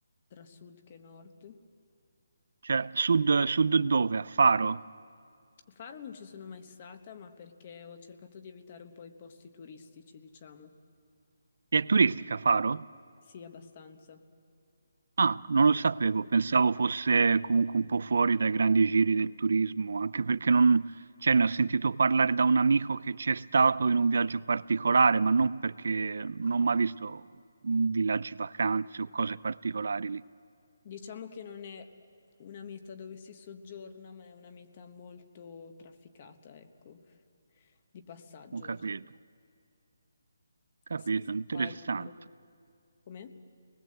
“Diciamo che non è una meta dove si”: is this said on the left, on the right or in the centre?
Left